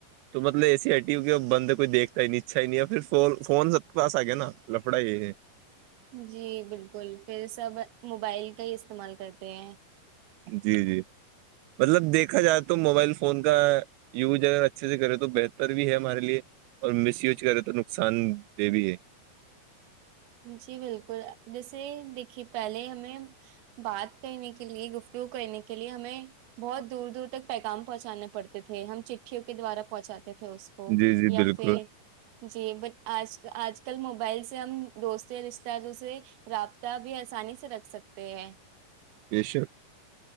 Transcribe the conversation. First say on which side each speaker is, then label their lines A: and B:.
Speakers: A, on the right; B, on the right.
A: تو مطلب اے سی آئی ٹی و کہ بند کوئی دیکھتا ہی نہیں اچھا ہی نہیں ہے پھر فون سب کے پاس آ گیا نا لفڑا یہ ہے
B: جی بالکل پھر سب موبائل کا ہی استعمال کرتے ہیں
A: جی جی مطلب دیکھا جائے تو موبائل فون کا یوز اگر اچھے سے کرے تو بہتر بھی ہے ہمارے لیے اور مس یوز کرے تو نقصان دہ بھی ہے
B: جی بالکل جیسے دیکھی پہلے ہمیں بات کہنے کے لیے گفتو کرنے کے لیے ہمیں بہت دور دور تک پیغام پہنچانا پڑتے تھے ہم چٹھیوں کے دوارا پہنچاتے تھے اس کو
A: جی جی
B: یا
A: بالکل
B: پھر جی بٹ آج آج کل موبائل سے ہم دوستتے رشتے توے رابطہ بھی آسانی سے سے رکھ سکتے ہیں
A: ب شک